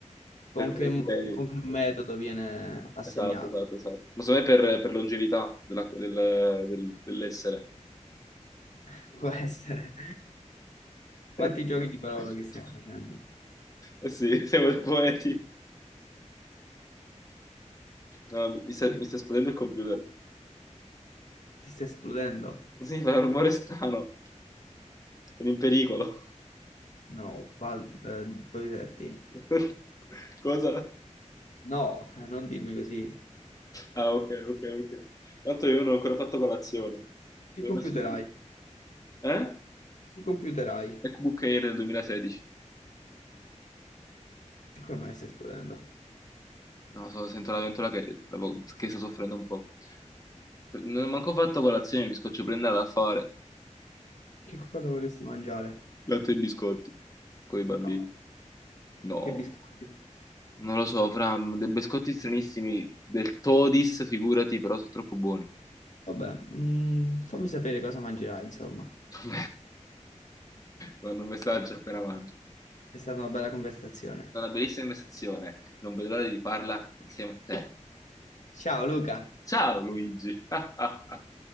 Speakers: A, on the left; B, on the left.
A: Con
B: per quei
A: che, mo-
B: criteri.
A: con che metodo viene assegnato?
B: Esatto, esatto, esatto. Ma secondo me per, per longevità della- del- del- dell'essere.
A: <laughs> Può essere. Quanti
B: <laughs>
A: giochi di parole che stiamo facendo?
B: Eh sì, <laughs> siamo dei poeti. No, mi sta,
A: <laughs>
B: mi sta esplodendo il computer.
A: Ti sta esplodendo?
B: Sì, fa un rumore strano. Sono in pericolo.
A: No, pal- eh, Polisetti.
B: <laughs> Cosa?
A: No, eh, non dirmi così.
B: Ah, ok, ok, ok. Tanto io non ho ancora fatto colazione.
A: Che
B: Devo
A: computer
B: messo-
A: hai?
B: Eh?
A: Che computer hai?
B: MacBook Air del 2016.
A: Come mai stai esplodendo?
B: No, so- sento la ventola che, che sta soffrendo un po'. Non ho manco fatto colazione, mi scoccio prendere a fare
A: Che cosa vorresti mangiare?
B: latte e biscotti con i bambini.
A: No,
B: No.
A: che biscotti?
B: Non lo so, fra mm, dei biscotti stranissimi del Todis, figurati, però sono troppo buoni.
A: Vabbè, mm, fammi sapere cosa mangerai, insomma.
B: <laughs> Ti Mando un messaggio appena mangio.
A: È stata una bella conversazione.
B: È Una bellissima investizione, non vedo l'ora di riparla insieme a te.
A: Ciao Luca!
B: Ciao Luigi! <laughs>